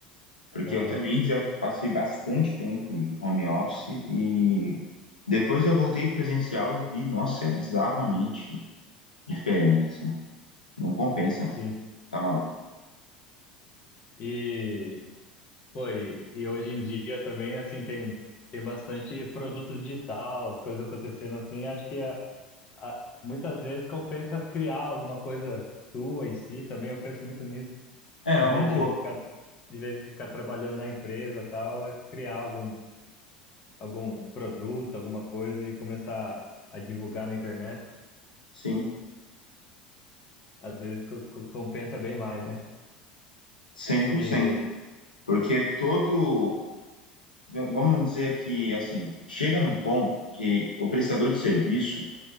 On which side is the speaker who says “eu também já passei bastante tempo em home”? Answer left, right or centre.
Left